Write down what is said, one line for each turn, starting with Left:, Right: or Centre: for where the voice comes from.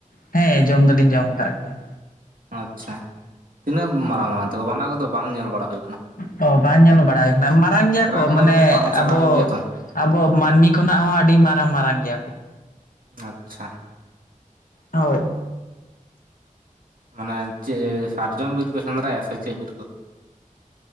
Left: ᱦᱮᱸ ᱡᱚᱢ ᱫᱚᱞᱤᱧ ᱡᱚᱢ ᱟᱠᱟᱫ ᱜᱮᱭᱟ᱾
Right: ᱟᱪᱪᱷᱟ, ᱛᱤᱱᱟᱹᱜ ᱢᱟᱨᱟᱝ ᱢᱟᱨᱟᱝ ᱛᱮᱠᱚ ᱵᱟᱱᱟ ᱠᱚᱫᱚ ᱵᱟᱝ ᱧᱮᱞ ᱵᱟᱲᱟ ᱦᱩᱭ ᱟᱠᱟᱱᱟ᱾
Left: ᱚ ᱵᱟᱝ ᱧᱮᱞ ᱵᱟᱲᱟ ᱦᱩᱭ ᱠᱟᱱᱟ ᱢᱟᱨᱟᱝ ᱜᱮᱭᱟ ᱠᱚ
Right: ᱠᱚᱫᱚ
Left: ᱢᱟᱱᱮ
Right: ᱵᱟᱝ ᱪᱟᱞᱟᱜ
Left: ᱟᱵᱚ
Right: ᱦᱩᱭᱩᱜ ᱜᱮᱭᱟ ᱛᱚ
Left: ᱟᱵᱚ ᱢᱟᱹᱱᱢᱤ ᱠᱷᱚᱱᱟᱜ ᱦᱚᱸ ᱟᱹᱰᱤ ᱢᱟᱨᱟᱝ ᱢᱟᱨᱟᱝ ᱜᱮᱭᱟ ᱠᱚ᱾
Right: ᱟᱪᱪᱷᱟ᱾
Left: ᱦᱳᱭ,
Right: ᱢᱟᱱᱮ ᱪᱮ ᱥᱟᱨᱡᱚᱢ ᱵᱤᱨ ᱯᱮ ᱥᱮᱸᱫᱽᱨᱟᱭᱟ ᱥᱮ ᱪᱮᱫ ᱵᱤᱨ ᱠᱚ᱾